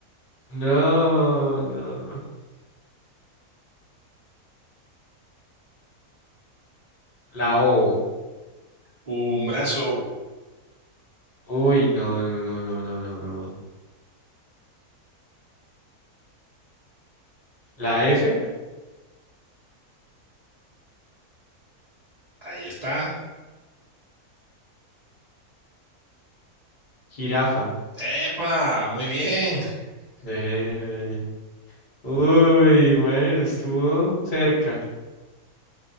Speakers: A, on the left (about 40°); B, on the right (about 50°).
A: No, no. La O.
B: un brazo.
A: Uy, no, no, no, no, no, no, no. La F.
B: Ahí está.
A: Jirafa.
B: ¡Epa! Muy bien.
A: Eh, Uy, bueno, estuvo cerca.